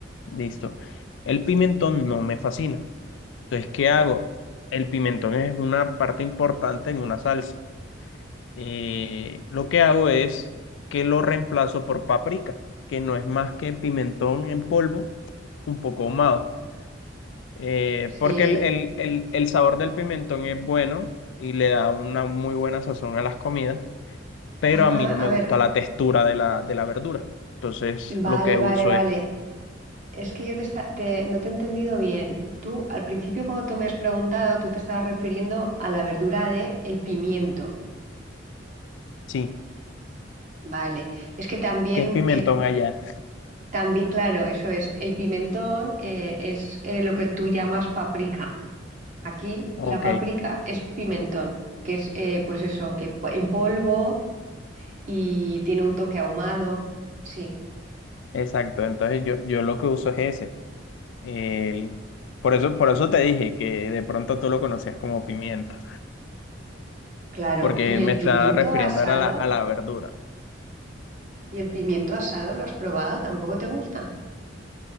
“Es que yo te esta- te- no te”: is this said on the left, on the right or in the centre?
Right